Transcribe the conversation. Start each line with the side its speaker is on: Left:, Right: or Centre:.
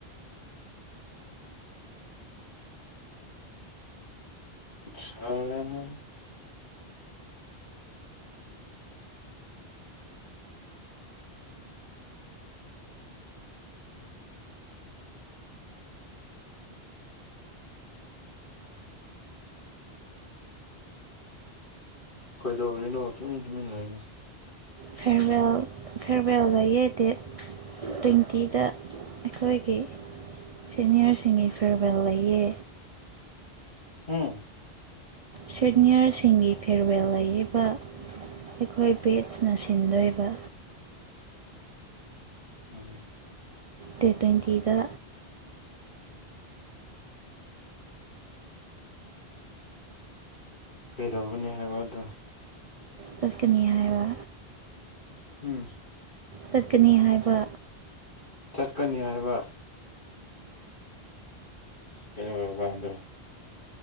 Left: ꯁꯥꯎꯔꯅꯨ ꯀꯩꯗꯧꯔꯤꯅꯣ ꯇꯨꯃꯤꯟ ꯇꯨꯃꯤꯟ ꯂꯩ
Right: ꯐꯦꯔꯋꯦꯜ ꯐꯦꯔꯋꯦꯜ ꯂꯩꯌꯦ ꯗꯦꯠ ꯇ꯭ꯋꯦꯟꯇꯤꯗ ꯑꯩꯈꯣꯏꯒꯤ ꯁꯦꯅꯤꯌꯔꯁꯤꯡꯒꯤ ꯐꯦꯔꯋꯦꯜ ꯂꯩꯌꯦ
Left: ꯎꯝ
Right: ꯁꯦꯅꯤꯌꯔꯁꯤꯡꯒꯤ ꯐꯦꯔꯋꯦꯜ ꯂꯩꯔꯤꯕ ꯑꯩꯈꯣꯏ ꯕꯦꯠꯁꯅ ꯁꯤꯟꯗꯣꯏꯕ
Left: ꯎꯝ
Right: ꯗꯦꯠ ꯇꯣꯏꯟꯇꯤꯗ
Left: ꯀꯩꯗꯧꯒꯅꯤ ꯍꯥꯏꯕ ꯑꯗꯨ
Right: ꯆꯠꯀꯅꯤ ꯍꯥꯏꯕ
Left: ꯎꯝ
Right: ꯀꯠꯀꯅꯤ ꯍꯥꯏꯕ
Left: ꯆꯠꯀꯅꯤ ꯍꯥꯏꯕ ꯀꯣ ꯋꯥꯗ꯭ꯔꯣ